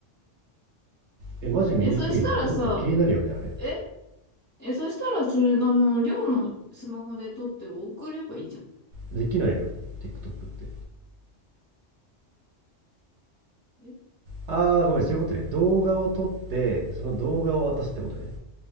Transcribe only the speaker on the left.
え、そしたらさ、
え、え、そしたらそれ、あの、寮のスマホで撮って送ればいいじゃ
ん。え、